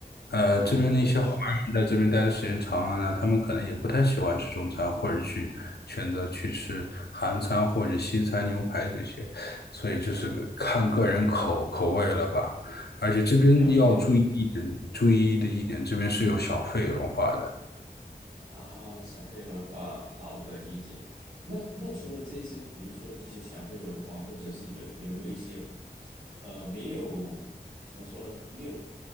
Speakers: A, on the left; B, on the right.
A: 呃，这边的一些华人在这边待的时间长了呢，
B: 我还有
A: 他们可能也不太喜欢吃中餐，或者去选择去吃韩餐或者西餐、牛排这些，所以就是看个人口口味了吧。而且这边要注意一点，
B: 了解。
A: 注意的一点，这边是有小费文化的，
B: 啊，小费文化，好的理解。那那除了这些，比如说这些小费文化，或者是有有没有一些，呃，没有怎么说呢，没有